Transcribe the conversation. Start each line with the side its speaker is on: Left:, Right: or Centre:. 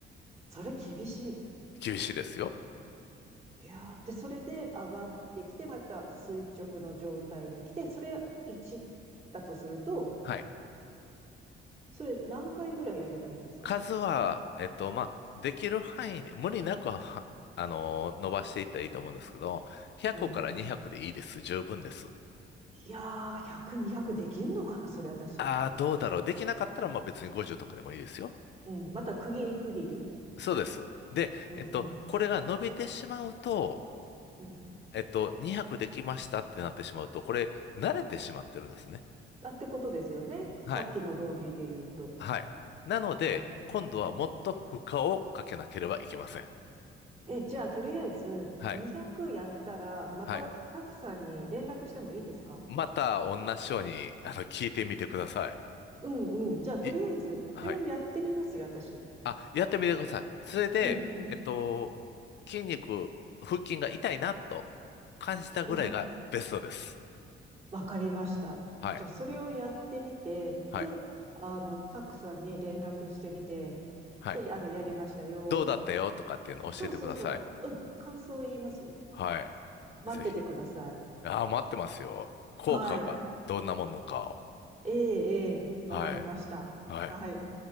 Right: それ厳しい。
Left: 厳しいですよ。
Right: いやーで、それで上がってきて、また垂直の状態に来て、それ1だとすると、
Left: はい。
Right: それ何回ぐらいやればいいですか
Left: 数は、えっと、まあ、できる範囲で、無理なくは、はあのー伸ばしていったらいいと思うんですけど、100から200でいいです。
Right: うん。
Left: 十分です。
Right: いやー、100、200できんのかなそれ私。
Left: ああ、どうだろう。できなかったら、まあ別に50とかでもいいですよ。
Right: うん。また区切り区切り。
Left: そうです。で、
Right: うんうん。
Left: えっと、これが伸びてしまうと、
Right: うん。
Left: えっと、200できましたってなってしまうと、これ、慣れてしまってるんですね。
Right: あってことですよね。さっきの論理で言うと。
Left: はい。はい。なので、
Right: うん。
Left: 今度はもっと負荷をかけなければいけません。
Right: うん。え、じゃあ、とりあえず、
Left: はい。
Right: 200やったら、また、
Left: はい。
Right: たくさんに連絡してもいいですか
Left: また、同じように、あの、聞いてみてください。
Right: うんうん。じゃあ、とりあえず、
Left: い、
Right: これをやってみますよ、
Left: はい。
Right: 私。
Left: あ、やってみてください。それで、
Right: うんうん。
Left: えっと、筋肉、腹筋が痛いなと感じたぐらいがベストです。
Right: うん。わかりました。
Left: はい。
Right: じゃあ、それをやってみて、
Left: はい。
Right: で、あの、タクさんに連絡してみて、
Left: はい。
Right: で、あの、やりましたよって。
Left: どうだったよとかっていうのを教えてください。
Right: そうそうそう。うん。感想言いますよ。
Left: は
Right: 待っててください。
Left: い。ぜひ。ああ、待ってますよ。効果がどんなものかを。
Right: はい。ええ、ええ。わかりました。
Left: はい。はい。
Right: はい。